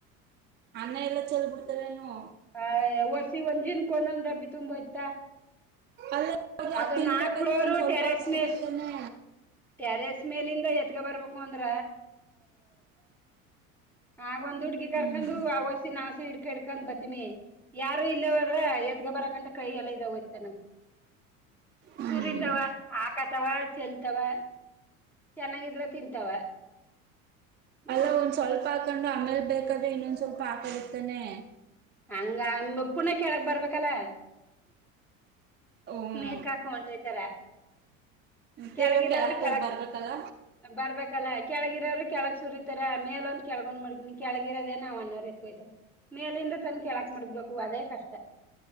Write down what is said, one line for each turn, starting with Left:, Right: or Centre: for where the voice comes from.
Right: ಅನ್ನ ಎಲ್ಲಾ ಚಲ ಬಿಡ್ತವೇನು
Centre: ಹ ವಸಿ ಒಂದ ಜನ್ ಕ ಒಂದೊಂದ್ ಡಬ್ಬಿ ತುಂಬ ಆಯ್ತಾ
Right: ಅಲ್ಲ
Centre: ಅದು
Right: ಅದ್ ತಿನ್ಬೇಕಾದ್ರೆ
Centre: ನಾಲ್ಕು ಫ್ಲೋರು
Right: ಒಂದ್ ಸ್ವಲ್ಪ
Centre: ಟೆರಸ್
Right: ಹಾಕ್ಸ್ಕೊಬೇಕ್
Centre: ಮೇ
Right: ತಾನೆ
Centre: ಟ್ಯಾರಸ್ ಮೇಲಿಂದ ಎತ್ಗ ಬರ್ಬೇಕು ಅಂದ್ರ ಆಗ ಒಂದ್ ಹುಡ್ಗಿ ಕರ್ಕೊಂಡು
Right: ಹ್ಮ್
Centre: ಅವಸ ನಸಿ ಹಿಡ್ಕ ಹಡ್ಕೊಂಡ್ ಬತ್ತ ಯಾರು ಇಲ್ಲವದ್ರೆ ಎತ್ಗ ಬರ ಗಂಟ ಕೈಯ ಎಲ್ಲ ಇದ ಹೋಗಯ್ತ ನನ
Right: ಹ್ಮ್
Centre: ಸರಿ ಅವಾ ಆಕ ಅವಾ ಚಲ್ ಅವಾ ಚೆನ್ನಾಗಿದ್ರೆ ತಿಂತಾವ
Right: ಅಲ್ಲ
Centre: ಹ್ಮ್
Right: ಒಂದ್ ಸ್ವಲ್ಪ ಹಾಕೊಂಡು ಆಮೇಲ್ ಬೇಕಾದ್ರೆ ಇನ್ನೊಂದ್ ಸ್ವಲ್ಪ ಹಾಕದರ್ತಾನೆ
Centre: ಹಂಗ ಅಂದ ಪುನ ಕೇಳಕ್ ಬರ್ಬೇಕಲ್ಲ
Right: ಹ್ಮ್
Centre: ಮ ಕಾಕ ಹೊಟತರ ಕೆಳಗಿರವ್ರ
Right: ತಿರ್ಗಾ ಕೆಳಕ್
Centre: ಕೆಳ
Right: ಬರ್ಬೇಕಲ್ಲ
Centre: ಬರ್ಬೇಕಲ್ಲ ಕೆಳಗಿರವ್ರ ಕೆಳಕ್ ಸುರಿತಾರ ಮೇಲೊಂದು ಕೆಳಗೊಂಡ್ ಮಾಡ್ಗಿನನಿ ಕೆಳಗಿರೋದೇನ ಅವ್ ಅಣಾರರ್ ಎತ್ಕೋಯತಾರ ಮೇಲಿಂದ ತನ್ ಕೆಳಕ್ ಮುಗ್ಬೇಕು ಅದೇ ಕಷ್ಟ